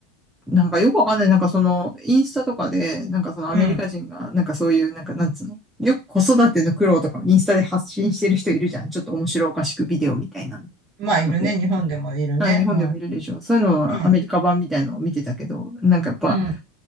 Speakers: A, in the centre; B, on the right (about 40°).
A: なんかよくわかんない。なんかその、インスタとかで、なんかそのアメリカ人が、
B: うん。
A: なんかそういう、なんかなんつうの。よく子育ての苦労とかインスタで発信してる人いるじゃん。ちょっと面白おかしくビデオみたいな
B: まあ、いるね。
A: ので。
B: 日本でもいるね。
A: ああ日本でも見るでしょ。
B: うん。
A: そういうのはアメリカ版みたいのを見てたけど、
B: うん。
A: なんかやっぱ、
B: うん。